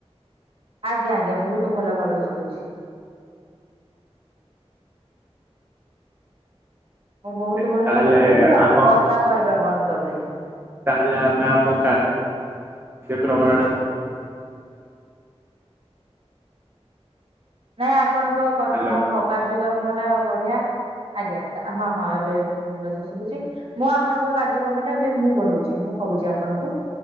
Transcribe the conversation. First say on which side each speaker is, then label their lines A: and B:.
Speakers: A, on the right; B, on the right.
A: ଆଜ୍ଞା ଆଜ୍ଞା ବହୁତ ଭଲ ଭାବରେ ଶୁଭୁଛି। ମୁଁ ବହୁତ
B: ତାହେଲେ
A: ଭଲ ଭାବରେ କହିଲି ଆପଣ
B: ଆମ
A: କଥା କହିବା ବନ୍ଦ କରିଦେଲେ।
B: ତାହେଲେ ଆମେ ଆମ କା <unintelligible>
A: ନାଇଁ ଆପଣଙ୍କ କଥା
B: ହ୍ୟାଲୋ।
A: ହଁ କାର୍ଯ୍ୟକ୍ରମ ଟା ବଢିଆ ଆଜ୍ଞା କା ହଁ ହଁ ଏବେ ଏବ୍ ଭଲସେ ଶୁଭୁଛି ମୁଁ ଆପଣଙ୍କ କାର୍ଯ୍ୟକ୍ରମ ଟା ଏବେ ମୁଁ ବଢଉଛି ମୁଁ କହୁଛି ଆପଣଙ୍କୁ।